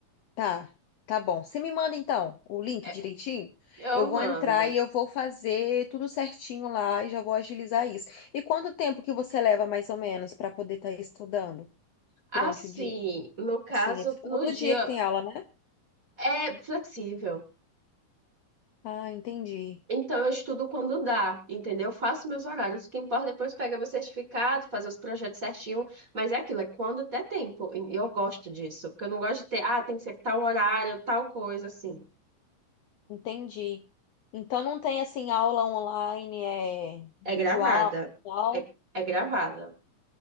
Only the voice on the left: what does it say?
Tá, tá bom. Você me manda então o link
direitinho.
Eu vou
entrar e eu vou fazer tudo certinho lá e já vou agilizar isso. E quanto tempo que você leva mais ou menos para poder estar estudando
durante o dia?
Assim, é todo
dia que tem aula, né?
Ah, entendi.
Entendi. Então não tem assim aula online, é videoaula,
e tal.